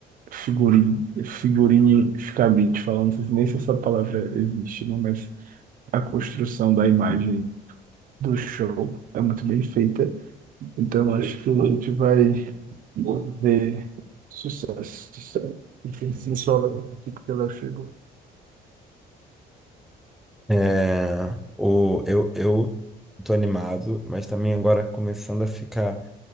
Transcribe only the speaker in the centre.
É, o, eu, eu tô animado, mas também agora começando a ficar